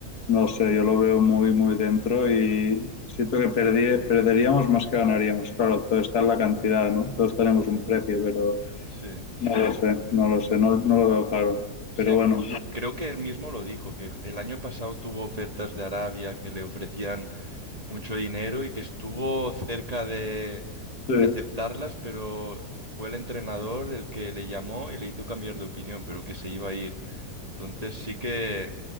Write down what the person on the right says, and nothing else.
sí.
Sí,
al
fi- creo que él mismo lo dijo, que el año pasado tuvo ofertas de Arabia que le ofrecían mucho dinero y que estuvo cerca de,
de aceptarlas, pero fue el entrenador el que le llamó y le hizo cambiar de opinión, pero que se iba a ir. Entonces sí que...